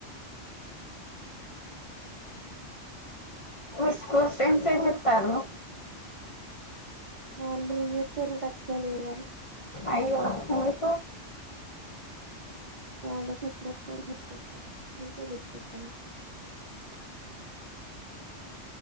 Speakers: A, on the left; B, on the right.
A: మీ స్కూల్ ఫ్రెండ్స్ ఏం చెప్తారు
B: వాళ్ళు ఏం చెతారు టచ్ లో లేరు వాళ్ళు
A: అయ్యో ఎందుకు
B: వాళ్ళకి ఎపుడో ఒకసారి గుర్తొత ఇంకా గుర్తుకొతాను